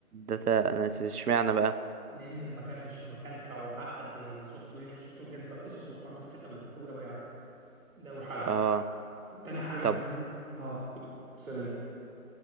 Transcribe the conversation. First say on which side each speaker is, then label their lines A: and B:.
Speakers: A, on the right; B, on the right.
A: ده ده انا اشمعنى بقى
B: لان المجال مش مكلكع ومعقد زي السوفت وير السوفت وير جدا قصص وحواراته كتير قوي قوي قوي يعني ده اول حاجه
A: اه
B: تاني حاجه
A: طب
B: كمان اه ثانيه